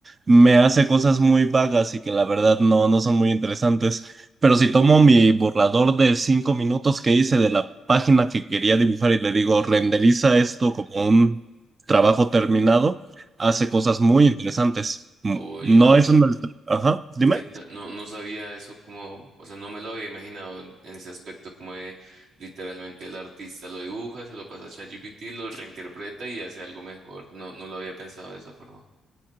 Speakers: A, on the right; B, on the right.
A: me hace cosas muy vagas y que la verdad no, no son muy interesantes. Pero si tomo mi borrador de cinco minutos que hice de la página que quería dibujar y le digo, renderiza esto como un trabajo terminado, hace cosas muy interesantes. Mm,
B: Oye,
A: No
B: no,
A: es un... Ajá, dime.
B: que ta- no, no sabía eso como, o sea, no me lo había imaginado en en ese aspecto como de literalmente el artista lo dibuja, se lo pasa a ChatGPT, lo reinterpreta y hace algo mejor. No, no lo había pensado de esa forma.